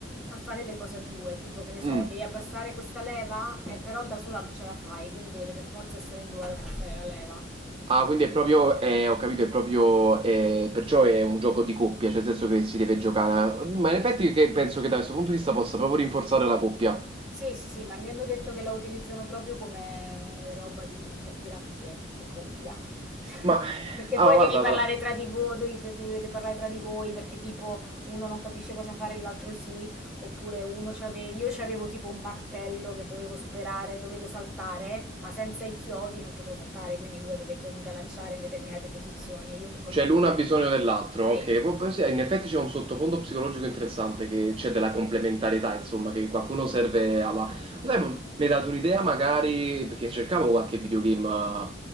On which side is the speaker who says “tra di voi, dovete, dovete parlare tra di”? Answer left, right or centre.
Centre